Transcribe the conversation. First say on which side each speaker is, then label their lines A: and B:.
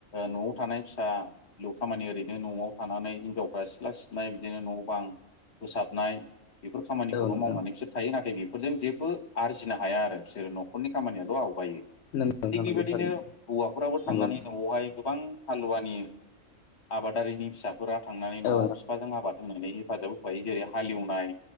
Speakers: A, on the left (about 55°); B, on the left (about 70°).
A: न'आव थानाय फिसा खामानि ओरैनो न'आव थानानै हिनजावफ्रा सिथ्ला सिबनाय बिदिनो न' बां फोसाबनाय बेफोर खामानिखौल'
B: औ नोंथां
A: मावनानै बिसोर थायो। नाथाय बेफोरजों जेबो आरजिनो हाया आरो। बिसोरो न'खरनि खामानियाल' आवगायो।
B: नंगौ नोंथां
A: थिग बेबादिनो
B: नंगौ थारैनो
A: हौवाफोरावबो थांनानै
B: नंगौ नोंथां
A: न'आवहाय गोबां हालुवानि आबादारिनि फिसा फोरा थांनानै न'आव
B: औ
A: फिफाजों आबाद होनानै हेफाजाब होफायो। जेरै हालेवनाय